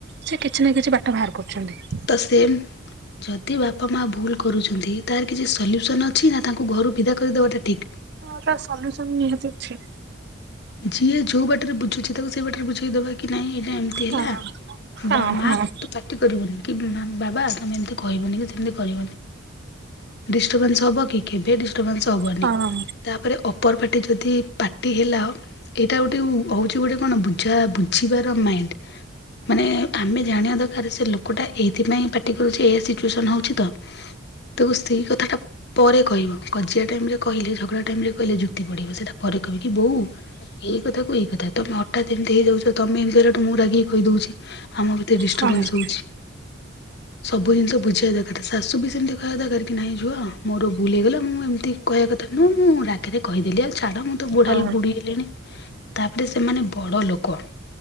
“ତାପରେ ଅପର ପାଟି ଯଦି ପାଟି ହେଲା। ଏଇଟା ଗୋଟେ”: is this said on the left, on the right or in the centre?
Left